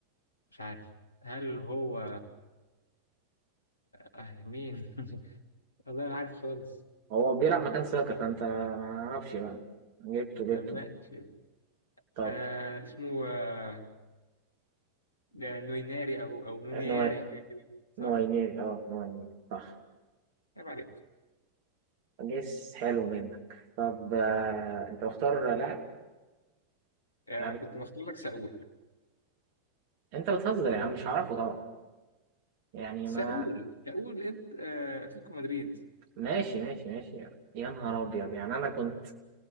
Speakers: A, on the left; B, on the right.
A: مش عارف هل هو آه مين <laughs> والله ما عارف خالص
B: هو بيلعب مكان ساكا فانت ما اعرفش بقى جبته جبته
A: طب ماشي
B: طب
A: آه اسمه آه ده نويناري او او نونياري
B: نوع
A: حاجه كده صح
B: نوعيني اه نوعيني صح
A: عيب عليك
B: جيس حلو منك طب آه، انت مختار لاعب
A: آه،
B: لاعب
A: انا كنت
B: إيه؟
A: مختار لك ساول
B: انت بتهزر يا عم مش هعرفه طبعا يعني
A: ساول
B: ما
A: ساول انت آه اتلتيكو مدريد
B: ماشي ماشي ماشي يا نهار ابيض يعني انا كنت